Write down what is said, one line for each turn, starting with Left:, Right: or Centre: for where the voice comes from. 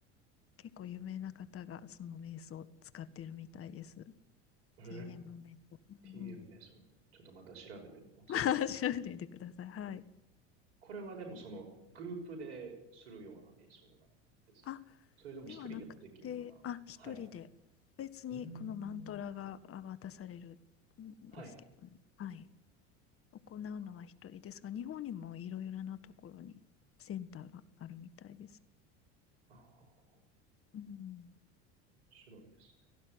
Left: 結構有名な方がその瞑想を使ってるみたいです TM
Right: へえ、
Left: 瞑想、うん、
Right: TM 瞑想。ちょっとまた調べてみます。
Left: はい <laughs> 調べてみてくださいはい
Right: これはでもそのグループでするような瞑想なんですかそれとも一人でもできるような。
Left: あではなくて、あ、一人で、
Right: はい。
Left: 別にこのマントラがあ渡されるんですけどね、
Right: うーん。はい。
Left: はい、行うのは一人ですが、
Right: あ
Left: 日本にもいろいろなところにセンターがあるみたいです。
Right: あ、面
Left: うん
Right: 白いですね。